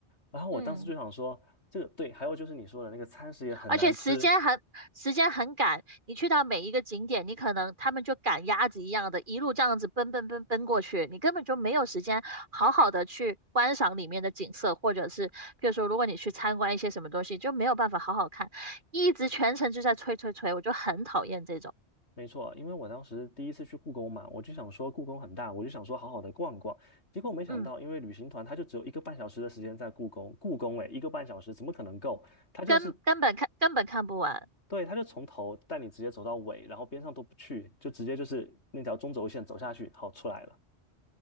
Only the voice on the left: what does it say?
然后我当时就想说，
这个对，还有就是你说的那个餐食也很难吃，
没错，因为我当时第一次去故宫嘛，我就想说故宫很大，我就想说好好的逛逛，结果没想到，
因为旅行团他就只有一个半小时的时间在故宫，故宫诶，一个半小时怎么可能够？他就是
对，他就从头带你直接走到尾，然后边上都不去，就直接就是那条中轴线走下去，好出来了。